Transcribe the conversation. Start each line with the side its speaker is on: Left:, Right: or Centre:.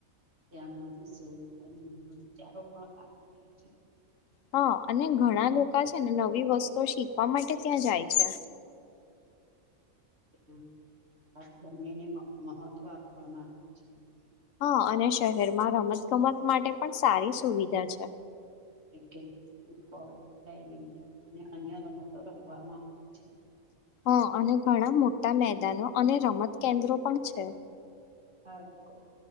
Right: ત્યાં નવી શોધ અને નવા વિચારો પણ કામ કરે છે
Left: હા અને ઘણા લોકો છે ને નવી વસ્તુ શીખવા માટે ત્યાં જાય છે
Right: હ <inaudible> એના ખાસ બંનેને મહત્વ આપવામાં આવે છે
Left: હા અને શહેરમાં રમત ગમત માટે પણ સારી સુવિધા છે
Right: ક્રિકેટ ફૂટબોલ બેડમિન્ટન અને અન્ય તો રમવામાં આવે છે
Left: હા અને ઘણા મોટા મેદાનો અને રમત કેન્દ્રો પણ છે
Right: બાળકો